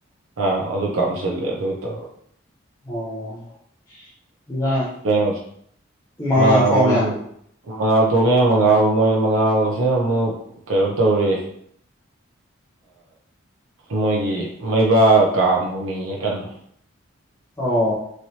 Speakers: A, on the right (about 85°); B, on the left (about 15°).
A: ꯑ ꯑꯗꯨ ꯀꯝꯁꯤ ꯂꯩꯦ ꯑꯗꯨ ꯇ
B: ꯑꯣ ꯏꯟꯖꯥꯡ
A: ꯀꯩꯅꯣ
B: ꯃꯉꯥ
A: ꯃꯉꯥꯜ
B: ꯊꯣꯡꯉꯦ
A: ꯃꯣꯏꯁꯨ ꯃꯉꯥꯜ ꯊꯣꯛꯣꯡꯉꯦ ꯃꯉꯥꯜ ꯃꯣꯏ ꯃꯉꯥꯜꯁꯤꯅ ꯑꯃꯨꯛ ꯀꯩꯅꯣ ꯇꯧꯔ ꯃꯣꯏꯒꯤ ꯃꯩꯕꯥ ꯀꯥꯝꯒꯨꯝ ꯃꯤꯡꯉꯀꯥꯟꯗ
B: ꯑꯣ